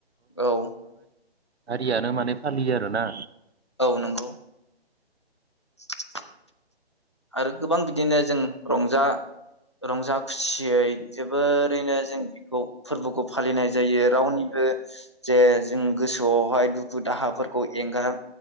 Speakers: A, on the left; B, on the right.
A: औ।
B: हारियानो माने फालियो आरोना
A: औ नंगौ <inaudible> आरो गोबां बिदिनो जों रंजा रंजा खुसियै जोबोरैनो जों बेखौ फोरबोखौ फालिनाय जायो रावनिबो जे जों गोसोआवहाय दुखु दाहाफोरखौ एंगार